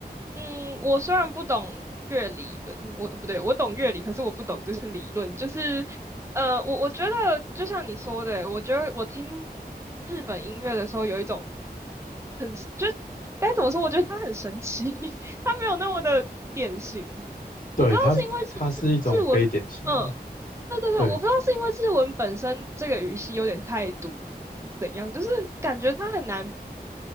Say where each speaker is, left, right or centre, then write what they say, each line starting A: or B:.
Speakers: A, on the right; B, on the left.
A: 嗯，我虽然不懂乐理论，我不对，我懂乐理，可是我不懂就是理论，就是呃，我我觉得就像你说的，我觉得我听日本音乐的时候有一种很就该怎么说，我觉得它很神奇，<laughs> 它没有那么的典型。
B: 对，
A: 我不知道是因为是是日文，
B: 它是它是一种非典型的，
A: 嗯对对对，
B: 对
A: 我不知道是因为日文本身这个语系有点太独，是怎样，就是感觉它很难